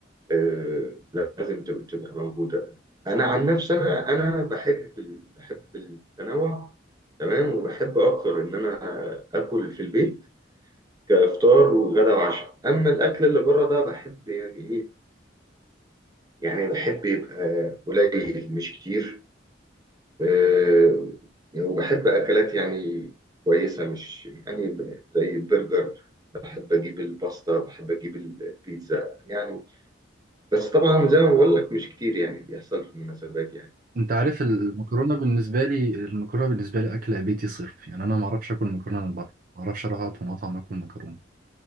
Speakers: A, on the right; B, on the right.
A: آه لازم تب- تبقى موجوده انا عن نفسي انا انا بحب ال- بحب التنوع تمام وبحب اكتر ان انا اكل في البيت كافطار وغدا وعشاء اما الاكل اللي بره ده بحب يعني ايه يعني بحب يبقى قليل مش كتير آه، يعني وبحب أكلات يعني كويسة مش يعني زي البرجر بحب أجيب الباستا بحب أجيب البيتزا يعني بس طبعا زي ما بقول لك مش كتير يعني بيحصل في المناسبات يعني
B: أنت عارف المكرونة بالنسبة لي المكرونة بالنسبة لي أكلة بيتي صرف يعني أنا معرفش آكل مكرونة من بره معرفش أروح أقعد في مطعم آكل مكرونة